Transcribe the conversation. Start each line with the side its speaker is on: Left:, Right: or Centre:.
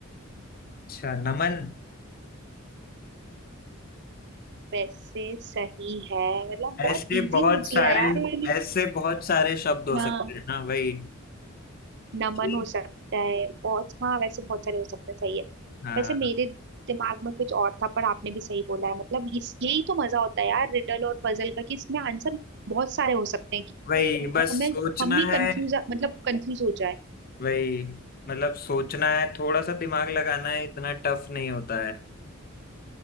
Left: अच्छा नमन
Right: वैसे सही है मतलब
Left: ऐसे
Right: बहुत इजी
Left: बहुत
Right: पूछ
Left: सारे
Right: लिया यार मैंने
Left: ऐसे बहुत सारे शब्द हो
Right: हाँ
Left: सकते हैं ना वही
Right: नमन
Left: ठीक
Right: हो सकता है बहुत हाँ वैसे बहुत सारे हो सकते हैं सही है
Left: हाँ
Right: वैसे मेरे दिमाग में कुछ और था पर आपने भी सही बोला है मतलब इस यही तो मजा होता है यार रिडल और पजल का कि इसमें आंसर बहुत सारे हो सकते हैं
Left: वही
Right: कि
Left: बस
Right: हमें
Left: सोचना
Right: हम ही
Left: है
Right: कंफ्यूज मतलब कंफ्यूज हो जाए
Left: वही मतलब सोचना है थोड़ा सा दिमाग लगाना है इतना टफ नहीं होता है